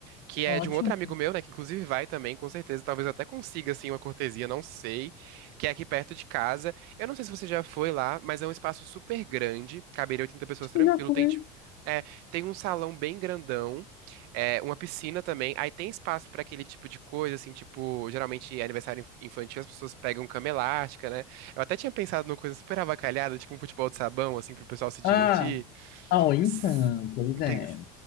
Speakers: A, on the right (about 55°); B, on the left (about 45°).
A: Que é
B: Ótimo.
A: de um outro amigo meu, né? Que inclusive vai também, com certeza. Talvez eu até consiga, assim, uma cortesia, não sei. Que é aqui perto de casa. Eu não sei se você já foi lá, mas é um espaço super grande. Caberia 80 pessoas
B: Acho
A: tranquilo.
B: que já foi.
A: Tem, ti- é, tem um salão bem grandão. É, uma piscina também. Aí tem espaço pra aquele tipo de coisa, assim, tipo, geralmente é aniversário inf- infantil, as pessoas pegam cama elástica, né? Eu até tinha pensado numa coisa super avacalhada, tipo um futebol de sabão, assim, pro pessoal se divertir.
B: Ah, ah, ó, então,
A: S-
B: pois
A: ente-
B: é.